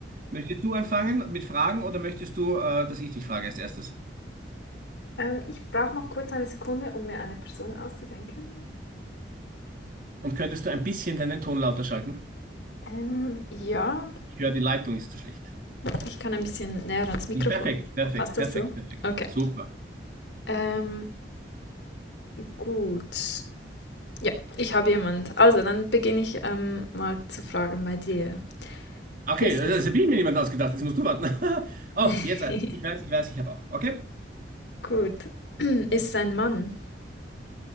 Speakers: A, on the right; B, on the left.
A: Möchtest du anfangen mit Fragen oder möchtest du, äh, dass ich dich frage als erstes?
B: Ähm, ich brauche noch kurz eine Sekunde, um mir eine Person auszudenken.
A: Und könntest du ein bisschen deinen Ton lauter schalten?
B: Ähm, ja,
A: Ich höre, die Leitung ist zu schlecht.
B: ich kann ein bisschen näher ans Mikrofon.
A: Ja, perfekt, perfekt,
B: Passt
A: perfekt,
B: das so?
A: perfekt.
B: Okay.
A: Super.
B: Ähm, gut. Ja, ich habe jemand. Also, dann beginne ich ähm, mal zu fragen bei dir.
A: Okay,
B: Ist
A: das
B: es?
A: habe ich mir niemand ausgedacht. Jetzt musst du warten. <laughs> Oh,
B: <laughs>
A: jetzt weiß ich. Ich weiß, ich weiß, ich habe auch. Okay?
B: gut. <clears throat> Ist es ein Mann?